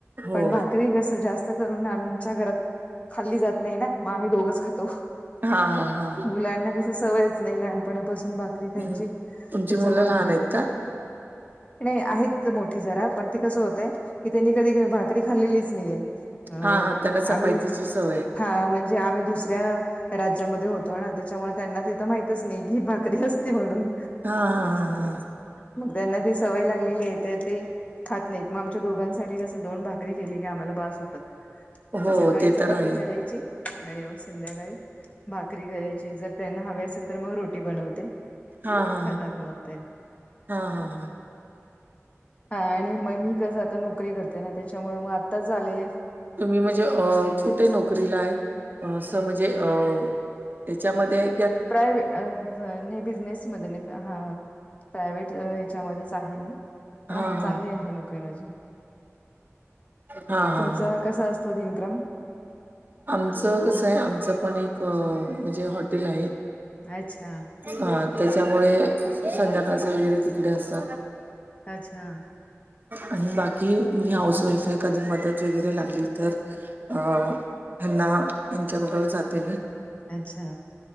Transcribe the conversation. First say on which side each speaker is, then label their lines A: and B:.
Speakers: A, on the right (about 40°); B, on the left (about 25°).
A: हो
B: पण भाकरी कस जास्त जास्त करून आमच्या घरात खाल्ली जात नाही ना. मग आम्ही दोघच खातो.
A: हा हा हा
B: मुलांना कसं सवयच नाही लहानपणापासून भाकरी खायची.
A: हम्म तुमची
B: त्याच्यामुळे
A: मुलं लहान
B: ते
A: आहेत का?
B: नाही आहेत मोठी जरा. पण ते कसं होतय कि त्यांनी कधी भाक करी खाल्लेलीच नाहीये. अ
A: हा हा त्यांना चपातीची
B: आम्ही
A: सवय
B: हा म्हणजे आम्ही दुसऱ्या राज्यामध्ये होतो ना. त्याच्यामुळे त्यांना तिथं माहितच नाही की भाकरी असते म्हणून.
A: हा हा हा हा
B: मग त्यांना ती सवय लागलेली आहे. तर ते खात नाहीत. मग आमच्या दोघांसाठी कसं दोन भाकरी केली कि आम्हाला बास होतात.
A: हो
B: मग सकाळी
A: ते
B: चपाती
A: तर आहे
B: करायची आणि मग संध्याकाळी भाकरी करायची. जर त्यांना हवे असेल तर मग रोटी बनवते.
A: हा हा
B: खातात मग ते
A: हा हा हा हा हा
B: हा आणि मग मी कसं आता नोकरी करते ना. त्याच्यामुळे मग आत्ताच आले.
A: तुम्ही म्हणजे अ कुठे नोकरीला आहेत? असं म्हणजे अ त्याच्यामध्ये
B: प्रायवेट अ नाही बिजनेस बिसनेस नाही. प्राइवेट हेच्यामध्येच आहे मी. पण
A: हा
B: आहे चांगली
A: हा
B: आहे नोकरी माझी
A: हा हा
B: तुमचा
A: हा.
B: कसा असतो दिनक्रम
A: आमचं कसं आहे? आमचं पण एक म्हणजे हॉटेल आहे.
B: अच्छा.
A: हा. त्याच्यामुळे संध्याकाळच वगैरे तिकडे असतो.
B: अच्छा.
A: आणि बाकी मी हाऊस वाईफ आहे. कधी मदत वगैरे लागली तर- अ ह्यांना, यांच्या बरोबर जाते मी.
B: अच्छा.